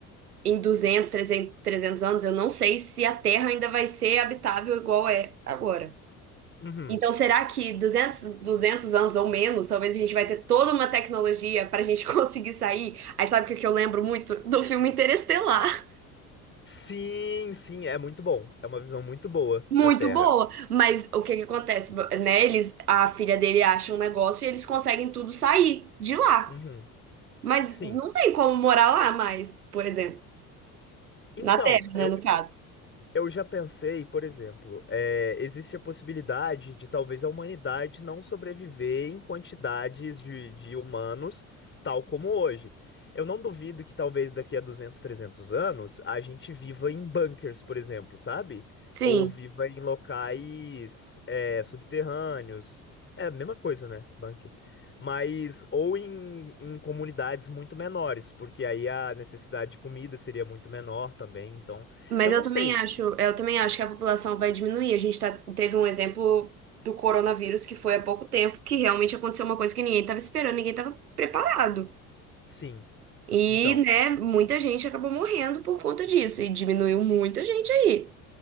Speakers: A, on the right (about 80°); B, on the left (about 25°).
A: em 200, trezentos, trezentos anos, eu não sei se a Terra ainda vai ser habitável igual é agora.
B: Uhum.
A: Então, será que duzentos, duzentos anos ou menos, talvez a gente vai ter toda uma tecnologia para a gente <laughs> conseguir sair? Aí sabe o que que eu lembro muito? Do filme Interestelar.
B: Sim, sim, é muito bom. É uma visão muito boa
A: Muito
B: da Terra.
A: boa, mas o que que acontece, né? Eles, a filha dele acha um negócio e eles conseguem tudo sair de lá.
B: Uhum.
A: Mas
B: Sim.
A: não tem como morar lá mais, por exemplo,
B: Então,
A: na Terra,
B: eu,
A: né, no caso.
B: Eu já pensei, por exemplo, eh, existe a possibilidade de talvez a humanidade não sobreviver em quantidades de, de humanos, tal como hoje. Eu não duvido que talvez daqui a 200, 300 anos a gente viva em bunkers, por exemplo, sabe?
A: Sim.
B: Ou viva em locais eh, subterrâneos. É a mesma coisa, né? Bunker. Mas, ou em, em comunidades muito menores, porque aí a necessidade de comida seria muito menor também, então.
A: Mas
B: Eu não
A: eu
B: sei,
A: também acho, eu também acho que a população vai diminuir. A gente tá, teve um exemplo do coronavírus que foi há pouco tempo, que realmente aconteceu uma coisa que ninguém estava esperando, ninguém estava preparado.
B: Sim,
A: E,
B: então,
A: né, muita gente acabou morrendo por conta disso, e diminuiu muita gente aí.